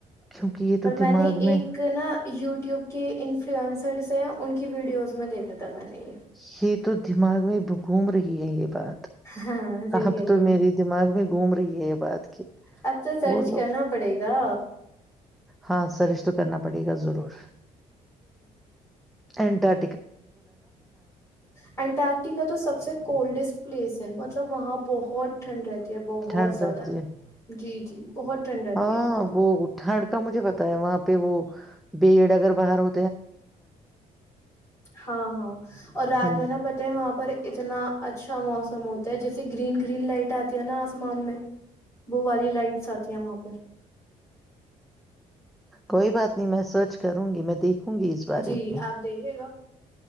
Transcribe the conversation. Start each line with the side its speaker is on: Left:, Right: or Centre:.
Centre: کیونکہ یہ
Left: پر
Centre: تو دماغ
Left: میں نے ایک نا یوٹیوب کے انفلوئنسرس ہیں ان کی ویڈیوز میں دیکھا تھا میں نے یہ
Centre: یہ تو دمغ میں ب گوم رہک ہے یہ بات
Left: ہاں صحیح
Centre: اب
Left: کہہ رہی
Centre: تو
Left: ہیں
Centre: میرے دماغ میں گھوم رہی ہے بات کہ
Left: اب تو سرچ
Centre: وہ لوگ
Left: کرنا پڑے گا
Centre: ہاں سرش تو کرنا پڑے گا ضرور انٹر
Left: انینٹارکٹیکا تو سب سے کولڈسٹ پلیس ہے مطلب وہاں بہت ٹھنڈ رہتی ہے بہت
Centre: ٹھنڈ
Left: زیادہ
Centre: رہتی ہے
Left: جی جی بہت ٹھنڈ رہتی
Centre: ہاں
Left: ہے وہاں پہ
Centre: وہ ٹھنڈ کا مجھے پتا ہے وہاں پہ وہ بیڑ اگر باہر ہو
Left: ہاں ہاں اور رات
Centre: ہ
Left: میں نا پت ہے وہاں پر اتنا اچھا اچھا موسم ہوتا ہے جیسے گرین گرین لائٹ آتی ہے نا آسمان میں وہ والی لائٹس آتی ہیں وہاں پر
Centre: کوئی بات نہیں میں سوچ کروں گی میں دیکھوں ہوں گی اس بارے
Left: جی
Centre: میں
Left: آپ دیکھیے گا